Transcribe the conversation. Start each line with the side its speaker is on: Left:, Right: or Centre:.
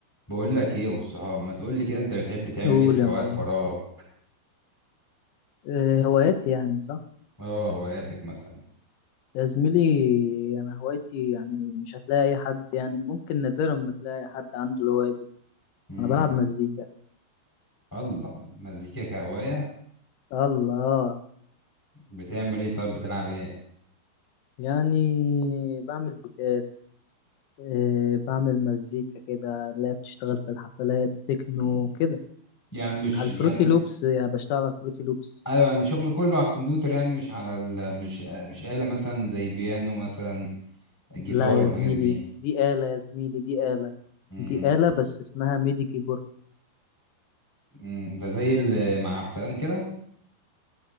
Centre: بقول لك ايه يا ابو الصحاب ما تقول لي كده انت بتحب تعمل
Left: قول
Centre: ايه في
Left: يا
Centre: اوقات
Left: معلم
Centre: فراغك
Left: آه، هواياتي يعني صح
Centre: اه هواياتك مثلا
Left: يا زميلي انا هوايتي يعني مش هتلاقي اي حد يعني ممكن نادرا ما تلاقي حد عنده الهواية دي
Centre: امم
Left: انا بلعب مزيكا
Centre: الله مزيكا كهوايه
Left: الله آه.
Centre: بتعمل ايه طب بتلعب ايه
Left: يعني بعمل بيتات آه، بعمل مزيكا كده اللي هي بتشتغل في الحفلات تكنو
Centre: مم.
Left: كده
Centre: يعني مش
Left: على
Centre: يعني
Left: الفروتي لوبس يعني بشتغل على الفروتي لوبس
Centre: ايوه يعني شغل كله على الكمبيوتر يعني مش على ال... مش مش آلة مثلا زي بيانو مثلا جيتار
Left: لا
Centre: الحاجات
Left: يا زميلي
Centre: دي
Left: دي آلة يا زميلي دي آلة
Centre: امم
Left: دي آلة بس اسمها ميدي كيبورد
Centre: أمم، ده زي ال- مع عبد السلام كده